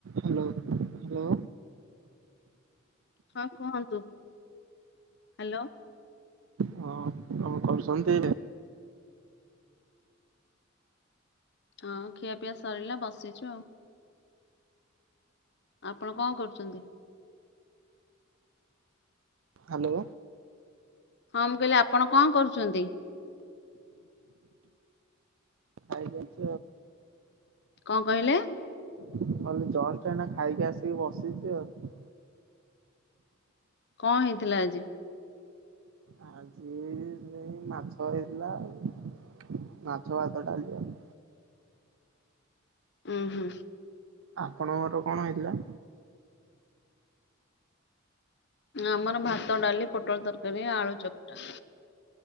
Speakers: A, on the right; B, on the left.
A: Hello hello.
B: ହଁ କୁହନ୍ତୁ hello.
A: ହଁ କଣ କରୁଛନ୍ତି?
B: ହଁ ଖିଆପିଆ ସରିଲା ବସିଛୁ ଆଉ ଆପଣ କଣ କରୁଛନ୍ତି?
A: ହାଲୋ।
B: ହଁ ମୁଁ କହିଲି ଆପଣ କଣ କରୁଛନ୍ତି?
A: ଆଇ କେଛ
B: କଣ କହିଲେ?
A: ମୁଁ କହିଲି ଜଷ୍ଟ୍ ଏଇନା ଖାଇକି ଆସିକି ବସିଚି ଆଉ
B: କଣ ହେଇଥିଲା ଆଜି?
A: ଆଜି ଏଇ ମାଛ ହେଇଥିଲା। ମାଛ, ଭାତ, ଡାଲି ଆଉ
B: ହୁଁ ହୁଁ।
A: ଆପଣଙ୍କର କଣ ହେଇଥିଲା?
B: ଆମର ଭାତ, ଡାଲି, ପୋଟୋଳ ତରକାରୀ, ଆଳୁ ଚକଟା।